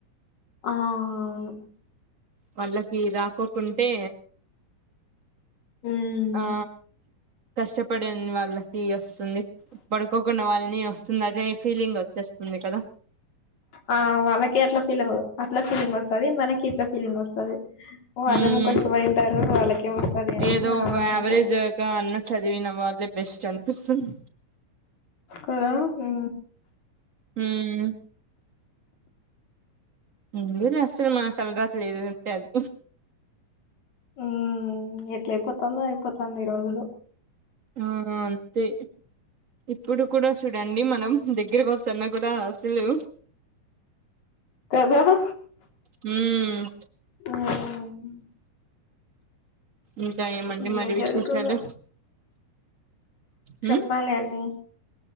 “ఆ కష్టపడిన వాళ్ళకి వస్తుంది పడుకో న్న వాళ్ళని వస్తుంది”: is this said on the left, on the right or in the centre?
Right